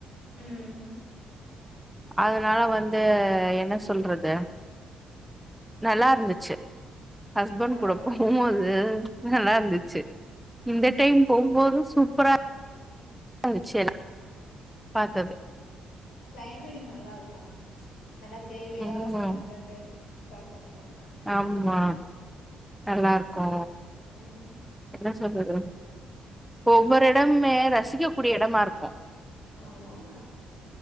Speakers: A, on the left; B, in the centre.
A: ம்
B: அதனால வந்து என்ன சொல்றது நல்லாருந்துச்சு ஹஸ்பண்ட்
A: ஆ
B: கூட போம்போது நல்லாருந்துச்சு இந்த டைம் போகும்போது சூப்பரா <unintelligible> பத்தது
A: க்ளைமேட்டுக்கு நல்லாருக்கு எல்லா தேயிலையா
B: ம்
A: இருக்கு அங்கங்க பாக்க நல்லாருக்கு
B: ஆமா நல்லாருக்கு
A: ம்
B: என்ன சொல்றது ஒவ்வொரு எடமுமே ரசிக்கக்க கூடிய எடமா இருக்கு
A: ஆமா ஆமா